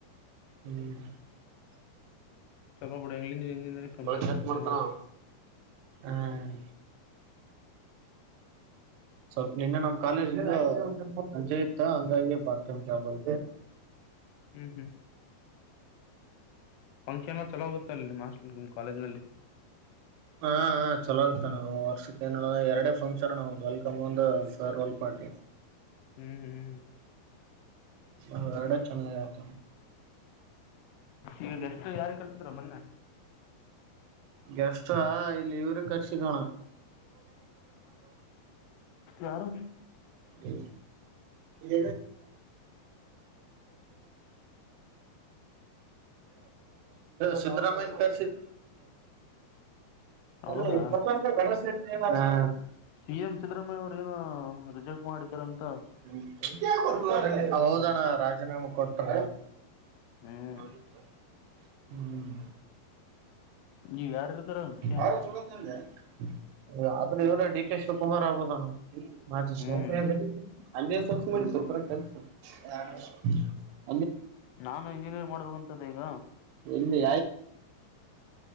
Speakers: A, on the right; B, on the left.
A: ಹ್ಮ್
B: ಚಲ್ಲಬಡ ಇಿ ಇಂಜಿನಿಯರಿಂಗ್ ಕಂಪ್ಲೀಟ್
A: ಬಾಳ ಚೆಕ್
B: ಆಗುತ್ತೆ
A: ಮಾಡ್ತಾನ
B: ನಿೆ
A: ಅವ. ಹ್ಮ್ ಸ್ವಲ್ಪ ನಿನ್ನೆ ನಮ ಕಾಲೇಜ ಅಜ್ಜೆ ಇತ್ತ ಹಂಗಾಗಿ ಬಾಬ
B: ಹ್ಮ್ ಹ್ಮ್ ಫಂಕ್ಷನ್ ಚಲೋ ಆೋಗುತ್ತ ಅಲ್ಲಿ ಮಾಸ್ಟರ್ ಕಾಲೇಜ್ ನಲ್ಲಿ
A: ಹಾ ಚಲೋ ಆತ ನಾವು ವರ್ಷಕ್ಕೆ ಏನ ಎರಡ ಫಂಕ್ಷನ್ ವಲ್ಮ್ ಒಫರ್ಲ್ ಪಾರ್ಟಿ
B: ಹ್ಮ್ ಹ್ಮ್
A: ಹ ಎಡ ಚೆನ್ನ ಯತ
B: ಈಗ ಎಷ್ಟು ಯಾರ ಕೆಲ್ಸಿದ್ರ ಮೊನ್ನೆ
A: ಎಷ್ಟ ಇಲ್ಲಿ ಇವರು ಕರ್ಸಿದೋಣ
B: ಯಾರು
A: ಹ್ಮ ಗ ಸುತರಾಮ ತ
B: ಹೌದಾ
A: ಅಲ್ಲಿೇ ತಪ್ಪಂದ ಗಣಸಟ್ಟ ಹಾ
B: ಸಿ ಎಂ ಸಿದ್ದರಾಮಯ್ಯ ಅವರು ಏನ ರಿಜೆಕ್ಟ್ ಮಾಡಿದಾರ ಅಂತ
A: ಹ್ಮ ಹೌದಣ್ಣ ರಾಜೀನಾಮೆ ಕೊಟ್ರ
B: ಹ್ಮ್
A: ನೋಡತ ಹ್ಮ್
B: ಈ ಯಾರ ಇರ್ತಾರ
A: <unintelligible>
B: ಸಿ ಎಂ
A: ಆದ್ರೂ ಇವರ ಡಿ ಕೆ ಶಿವಕುಮಾರ್ ಆಗ್ಬೋದಣ. ಮಾಜಿ
B: ಹ್ಮ್
A: ಶಾಸ <unintelligible>
B: ನಾನು ಇಂಜಿನಿಯರಿಂಗ್ ಮಾಡ್ಬೇಕಂತದ ಈಗ.
A: ಎಲ್ಲಿ